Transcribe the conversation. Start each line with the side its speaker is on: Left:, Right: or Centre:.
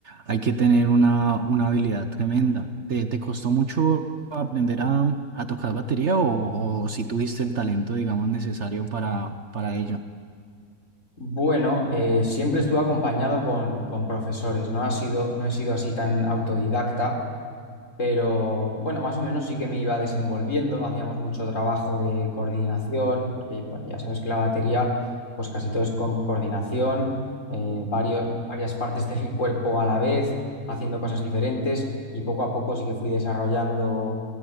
Right: hay que tener una, una habilidad tremenda. ¿Te, te costó mucho aprender a, a tocar batería o, o si tuviste el talento, digamos, necesario para, para ello?
Left: Bueno, eh, siempre estuve acompañado con, con profesores, no ha sido, no he sido así tan autodidacta. Pero bueno, más o menos sí que me iba desenvolviendo, hacíamos mucho trabajo de coordinación, porque bueno, ya sabes que la batería, pues casi todo es co- coordinación, eh, varios, varias partes <laughs> del cuerpo a la vez, haciendo cosas diferentes, y poco a poco sí que fui desarrollando